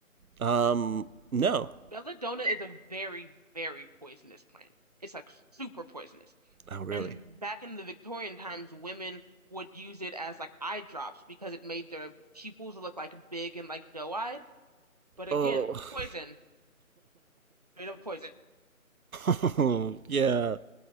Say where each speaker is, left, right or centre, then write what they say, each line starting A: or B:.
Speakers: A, on the right; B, on the right.
A: Um, no.
B: Belladonna is a very, very poisonous plant. It's like super poisonous.
A: Oh really?
B: And back in the Victorian times, women would use it as like eye drops because it made their pupils look like big and like doe-eyed. But again,
A: Oh,
B: poison, straight up poison.
A: <laughs> yeah.